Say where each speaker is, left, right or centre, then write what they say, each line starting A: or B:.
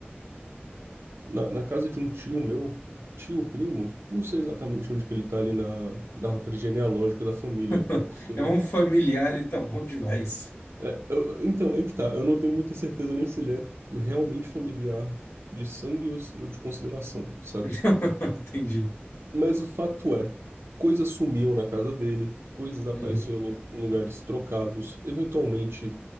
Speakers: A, on the right (about 85°); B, on the left (about 80°).
A: Na, na casa de um tio meu, tio primo, não sei exatamente onde que ele tá ali na, na árvore genealógica da família,
B: <laughs>
A: até porque.
B: É um familiar e tá bom demais.
A: é, eu- então, aí que tá, eu não tenho muita certeza nem se ele é realmente familiar de sangue ou se- ou de consideração, sabe?
B: <laughs> Entendi.
A: Mas o fato é, coisas sumiam na casa dele, coisas apareciam
B: Uhum.
A: em lu- em lugares trocados, eventualmente